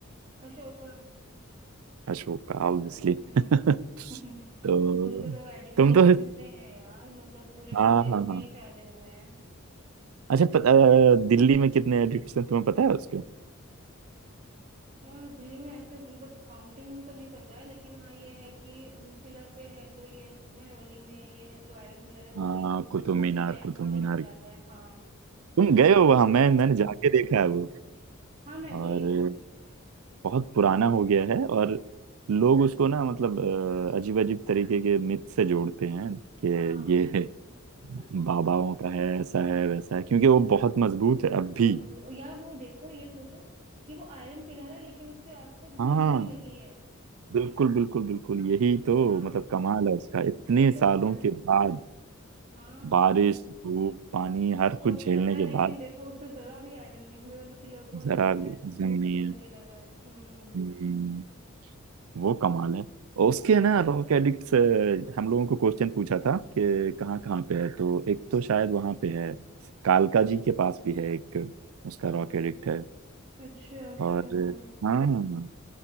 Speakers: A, on the right; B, on the right.
A: अशोका
B: अशोक ऑब्वियसली
A: हम्म
B: <laughs>
A: <laughs>
B: तो
A: उनके तो एडिक्ट्स
B: तुम तो हम्म
A: कितने हैं यार मतलब पूरे
B: हाँ
A: देश
B: हाँ
A: में
B: हाँ
A: ही फैले हुए हैं
B: अच्छा पत, अ, दिल्ली में कितने एडिक्ट्स हैं तुम्हें पता है उसके
A: यार दिल्ली में ऐसे मतलब काउंटिंग में तो नहीं पता है लेकिन हाँ ये है कि पिलर पे है जो ये महरौली में ये है जो आयरन पिलर है वो
B: हाँ
A: भी
B: कुतुब
A: उन्हीं
B: मीनार
A: के टाइम
B: कुतुब
A: का माना
B: मीनार
A: जाता है हाँ
B: तुम गए हो
A: कुतुब
B: वहां
A: मीनार
B: मैं मैंने जाके देखा है वो
A: हाँ मैं
B: और
A: गई हूँ
B: बहुत पुराना हो गया है और लोग उसको ना मतलब अजीब अजीब तरीके के मिथ से जोड़ते हैं कि
A: हाँ
B: ये
A: <laughs>
B: बाबाओं का है ऐसा है वैसा है क्योंकि वो बहुत मजबूत है अब भी
A: मजबूत यार वो देखो ये सोचो कि वो आयरन पिलर है लेकिन उस पे आज तक
B: हाँ
A: जंग नहीं लगी है
B: बिल्कुल बिल्कुल बिल्कुल यही तो
A: है ना
B: मतलब कमाल है उसका इतने
A: वही
B: सालों
A: तो कमाल है
B: के बाद
A: हाँ
B: बारिश धूप पानी हर
A: सब
B: कुछ
A: सहता
B: झेलने
A: है
B: के
A: लेकिन
B: बाद
A: देखो उस पे जरा भी आयरन नहीं मतलब पिलर वो नहीं
B: जरा
A: लगा है
B: जमीन
A: जंग नहीं लगा है हम्म
B: हम्म, वो कमाल है और उसके ना रॉक एडिक्ट से हम लोगों को क्वेश्चन पूछा था कि कहाँ कहाँ पे है तो एक तो शायद वहाँ पे है कालका जी के पास भी है एक उसका रॉक एडिक्ट है
A: अच्छा अच्छा
B: और
A: हाँ
B: हाँ